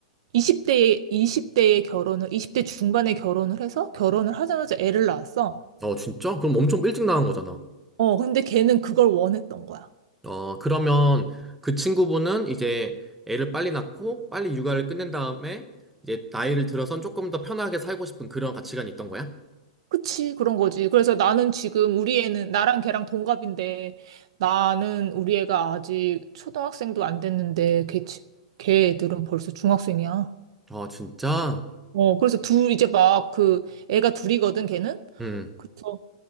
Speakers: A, on the right; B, in the centre.
A: 20대에, 20대에 결혼을, 20대 중반에 결혼을 해서 결혼을 하자마자 애를 낳았어.
B: 어, 진짜? 그럼 엄청 일찍 나간 거잖아.
A: 어, 근데 걔는 그걸 원했던 거야.
B: 어, 그러면 그 친구분은 이제 애를 빨리 낳고 빨리 육아를 끝낸 다음에 이제 나이를 들어선 조금 더 편하게 살고 싶은 그런 가치관이 있던 거야?
A: 그치, 그런 거지. 그래서 나는 지금 우리 애는, 나랑 걔랑 동갑인데, 나는 우리 애가 아직 초등학생도 안 됐는데, 걔, 지- 걔 애들은 벌써 중학생이야.
B: 어, 진짜?
A: 어, 그래서 둘, 이제 막 그, 애가 둘이거든, 걔는?
B: 음.
A: 그래서